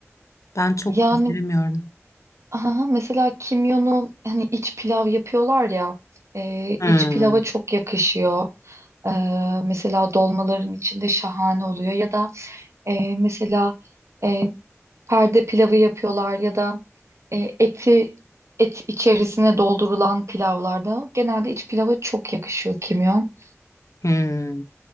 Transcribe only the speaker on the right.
Yani
aha, mesela kimyonu hani iç pilav yapıyorlar ya e, iç
pilava çok yakışıyor. E, mesela dolmaların içinde şahane oluyor ya da e, mesela e, perde pilavı yapıyorlar ya da e, eti et içerisine doldurulan pilavlarda genelde iç pilava çok yakışıyor kimyon.